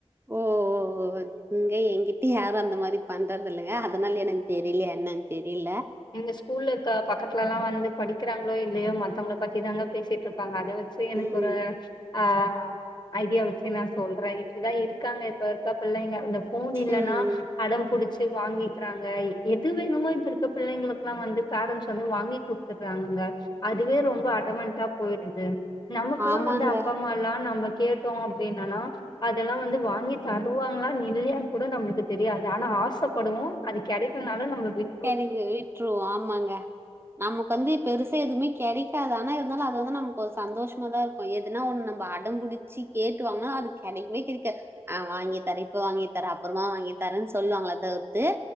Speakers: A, on the right; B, on the left.
A: ஓ ஓ ஒ இங்க எங்கிட்ட யாரு அந்த மாரி பண்றதில்லங்க அதனால எனக் தெரிலயா என்னென் தெரில
B: இந்த ஸ்கூல்ல இருக்க பக்கத்துலல்லா வந்து படிக்கிறாங்களோ இல்லையோ மத்தவங்கள பத்தி தாங்க பேசிட்டு இருப்பாங்க அதை வெச் சி எனக்கு
A: ம்
B: ஒரு ஆஹ் ஐடியா வெச்சு நா சொல்றே இப்டிதா இருக்காங்க இப்ப இருக்க பிள்ளைங்க இந்த போன் இல்லனா
A: ம்
B: அடம் புடிச்சி வாங்கிக்கிறாங்க எது வேணுமோ இப்ப இருக்க பிள்ளைங்களுக்குல்லா வந்து பேரண்ட்ஸ் வந்து வாங்கி குடுத்துடுறாங்கங்க அதுவே ரொம்ப ஆடமென்டா போயிடுது நமக்குல்லா
A: ஆமாங்க
B: வந்து அப்பா அம்மால்லா நம்ப கேட் டோ அப்டின்னானா அதெல்லா வந்து வாங்கி தருவாங்களா இல்லையானு கூட நம்மளுக்கு தெரியாது ஆனா ஆசப்படுவோ அது கெடைக்கலனாலு நம்ப விட்
A: எனக்கு விட்டுருவோ ஆமாங்க நமக்கு வந்து பெருசா எதுவுமே கெடை ஆனா இருந்தாலு அது வந்து நமக்கு ஒரு சந்தோஷமா தா இருக்கு எதுனா ஒன்னு நம்ம அடம்புடிச்சி கேட்டுவாங்கனா அதுக் கெடைக்கவே கெடைக்கா ஆ வாங்கி தரே இப்ப வாங்கி தரே அப்றமா வாங்கி தரேன் சொல்லுவாங்கள தவிர்த்து